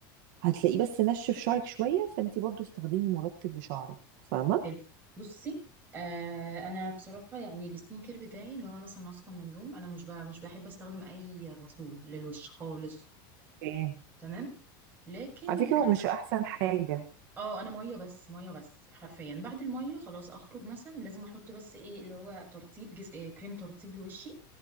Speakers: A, on the right (about 55°); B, on the right (about 15°).
A: هتلاقيه بس نشف شعرك شوية فأنت برضو استخدمي مرطب لشعرك فاهمة؟
B: حلو بصي آه انا بصراحه يعني السكين كير بتاعي اللي هو مثلا اصحى من النوم انا مش بقى مش بحب استخدم اي غسول للوش خالص
A: اوكي
B: تمام لكن
A: على فكرة هو
B: انا
A: مش أحسن حاجة
B: اه انا ميه بس ميه بس حرفيا بعد الميه خلاص اخرج مثلا لازم احط بس ايه اللي هو ترطيب جس... إيه كريم ترطيب لوشي